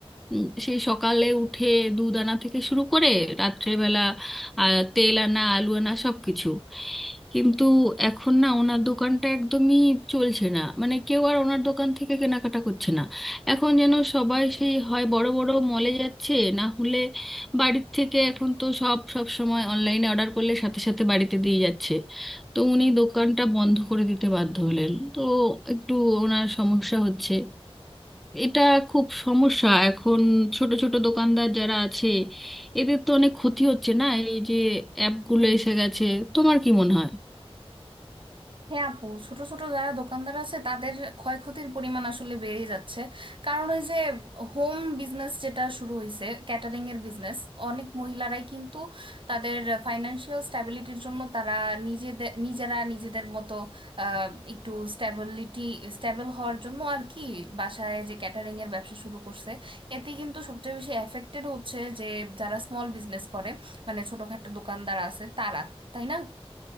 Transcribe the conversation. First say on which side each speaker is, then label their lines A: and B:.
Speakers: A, in the centre; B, on the right (about 55°).
A: উম, সেই সকালে উঠে দুধ আনা থেকে শুরু করে রাত্রেবেলা আহ, তেল আনা আলু আনা সব কিছু কিন্তু এখন না ওনার দোকানটা একদমই চলছে না মানে কেউ আর ওনার দোকান থেকে কেনাকাটা করছে না এখন যেন সবাই সেই হয় বড় বড় মলে যাচ্ছে না হলে বাড়ির থেকে এখন তো সব সব সময় অনলাইনে অর্ডার করলে সাথে সাথে বাড়িতে দিয়ে যাচ্ছে তো উনি দোকানটা বন্ধ করে দিতে বাধ্য হলেন তো একটু ওনার সমস্যা হচ্ছে এটা খুব সমস্যা এখন ছোট ছোট দোকানদার যারা আছে এদের তো অনেক ক্ষতি হচ্ছে না এই যে অ্যাপগুলো এসে গেছে তোমার কি মনে হয়
B: হ্যাঁ আপু ছোট ছোট যারা দোকানদার আছে তাদের ক্ষয়ক্ষতির পরিমাণ আসলে বেড়ে যাচ্ছে কারণ ওই যে হোম বিজনেস যেটা শুরু হয়েছে ক্যাটারিং এর বিজনেস অনেক মহিলারাই কিন্তু তাদের ফাইন্যান্সিয়াল স্ট্যাবিলিটির জন্য তারা নিজেদের নিজেরা নিজেদের মতো আহ, একটু স্ট্যাবিলিটি স্ট্যাবল হওয়ার জন্য আর কি বাসায় যে ক্যাটারিং এর ব্যবসা শুরু করছে এতে কিন্তু সবচেয়ে বেশি এফেক্টেড হচ্ছে যে যারা স্মল বিজনেস করে মানে ছোটখাটো দোকানদার আছে তারা তাই না